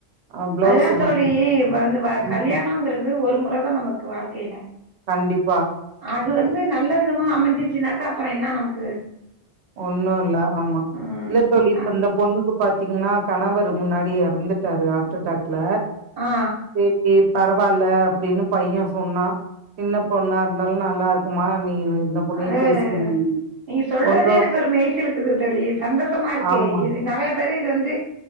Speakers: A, on the right; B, on the right.
A: ஆ பிளவுஸ்
B: அதுதா தோழி
A: மட்டு
B: இப்ப வந்து
A: ம்
B: கல்யாணம்ங்கிறது ஒரு மொறதா நமக்கு வாழ்க்கையில
A: கண்டிப்பா
B: அது வந்து நல்ல விதமா அமஞ்சிருச்சுன்னாக்க அப்பற என்னா நமக்கு
A: ஒன்னு இல்ல ஆமா
B: ம்
A: இல்ல தோழி இப்ப
B: அது
A: இந்த பொண்ணுக்கு பாத்த பாத்தீங்கன்னா கணவரு முன்னாடி எறந்துட்டாரு ஹாட் அட்டாக்ல
B: ஆ
A: சேரி சேரி பரவால்ல அப்டின்னு பைய சொன்னா சின்ன பொண்ணா இருந்தாலு நல்லா இருக்குமா நீ ம் இந்த பொண்ணயே
B: அது
A: பேசி முடி
B: நீங்க சொல்றதே
A: ஒன்
B: எனக்கு ஒரு மெய்சிலுக்குது தோழி சந்தோஷமா இருக்கு
A: ஆமா
B: இது நெறய பேரு இது வந்து